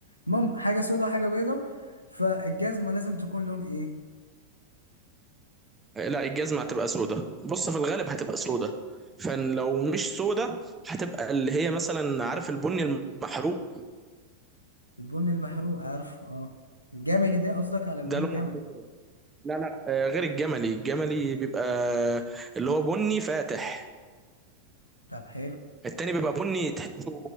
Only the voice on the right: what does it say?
آه، لا الجزمه هتبقى سودا بص في الغالب هتبقى سودا فلو مش سودا هتبقى اللي هي مثلا عارف البني المحروق
ده لون
على فكره لا لا آه، غير الجملي الجملي بيبقى اللي هو بني فاتح
التاني بيبقى بني تحسه